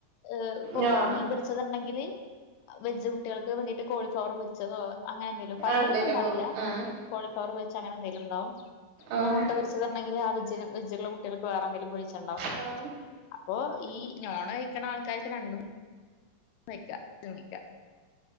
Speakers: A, on the left; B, on the right.
A: ഏ് ഇപ്പൊ
B: നോണം
A: മീൻ പിടിച്ചതുണ്ടെങ്കില് വെജ് കുട്ടികൾക്ക് വേണ്ടിട്ട് കോളിഫ്ലവർ വെച്ചതോ അങ്ങനെ എന്തേലും പനീർൊന്നും
B: എന്തേലൊക്കെ
A: ഉണ്ടാവില്ല
B: ആഹ്
A: കോളിഫ്ലവർ വെച്ച് അങ്ങനെ എന്തേലും ഉണ്ടാവും ഇപ്പൊ
B: ആഹ്
A: മുട്ട പൊരിച്ചതുണ്ടെങ്കിൽ ആ വജ വജ്ജിലുള്ള കുട്ടികൾക്ക് വേറെ എന്തെങ്കിലും വിളിച്ചുണ്ടാവും
B: ആഹ്
A: അപ്പൊ ഈ നോണ് കഴിക്കണ ആൾക്കാർക്ക് രണ്ടും നിക്ക നോക്കി ക്ക